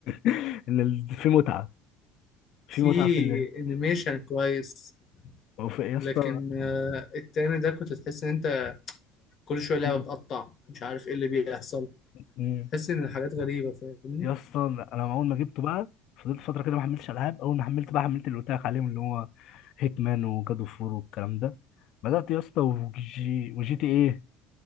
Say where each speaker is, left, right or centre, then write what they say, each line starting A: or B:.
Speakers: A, on the left (about 55°); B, on the left (about 40°).
A: <laughs> ان ال- في متعه في
B: في
A: متعه في اللعب
B: انيميشن كويس
A: وفي- يا اسطى
B: لكن آه، التاني ده كنت تحس ان انت كل شويه لعبه
A: مم.
B: بتقطع مش عارف ايه اللي بيحصل
A: مم.
B: تحس ان الحاجات غريبه فاهمني
A: يا اسطى انا اول ما جبته بقى فضلت فتره كده ما حملتش العاب اول ما حملت بقى حملت اللي قلت لك عليهم اللي هو هيتمان وجاد اوف وور والكلام ده بدات يا اسطى وجي وجي تي ايه